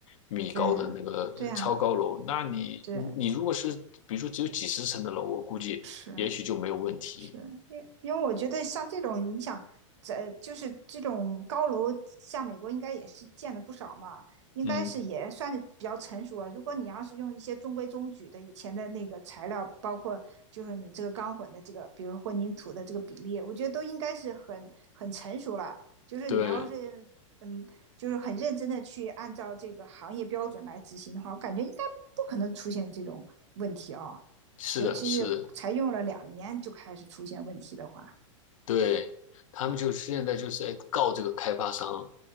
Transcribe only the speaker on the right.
对呀，对啊，
对，
是。是因为因为我觉得像这种，你想，在就是这种高楼，像美国应该也是建的不少嘛，应该是也算是比较成熟了。
如果你要是用一些中规中矩的以前的那个材料，包括就是你这个钢混的这个，比如混凝土的这个比例，我觉得都应该是很很成熟了。就是你要是嗯，
就是很认真的去按照这个行业标准来执行的话，我感觉应该不可能出现这种问题啊、
尤其是才用了两年就开始出现问题的话，